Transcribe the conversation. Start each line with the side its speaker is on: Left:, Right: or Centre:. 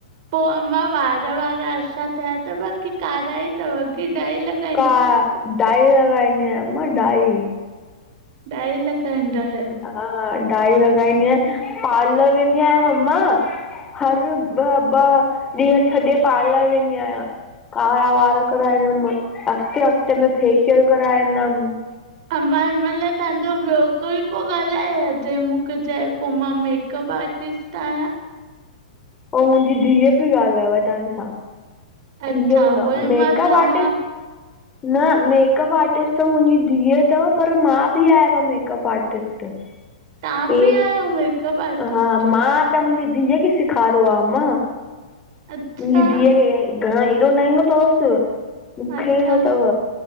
Right: पोइ। अमां वार वार अशा थिया तव कि कारा ई अथव की डाई लग
Left: का डाई लॻाईंनी आहियां अम्मां डाई।
Right: ॾाई लॻाईंदा आहियो।
Left: हा। हा। डाई लॻाईंदी आहियां। पालर वेंदी आहियां अम्मां। हर ॿ ॿ ॾींहं छॾे पार्लर वेंदी आहियां। कारा वारा कराये ईंदुमि, हफ़्ते, हफ़्ते। में फेशियल कराये ईंदुमि।
Right: अमा हिन महिल तव्हांजो ॿियो कोई पोइ ॻाल्हाये जें मूंखे चई पोइ मां मेकअप आर्टिस्ट आहियां।
Left: उहा मुंहिंजी धीअ पई ॻाल्हाएव तव्हां सां। थी
Right: अच्छा
Left: ओ न
Right: उहोई
Left: मेकअप
Right: मां चवां
Left: आर्टिस्ट न मेकअप आर्टिस्ट त मुंहिंजी धीअ अथव पर, मां बि आयां मेकअप आर्टिस्ट।
Right: तव्हां
Left: <inaudible>
Right: बि आहियो मेकअप आर्टिस्ट?
Left: हा मां त मुंहिंजी धीउ खे सेखारियो आहे मां,
Right: अच्छा
Left: मुंहिंजी धीअ खे घणो एॾो न ईंदो अथवसि मूंखे
Right: अच्छा
Left: ईंदो अथव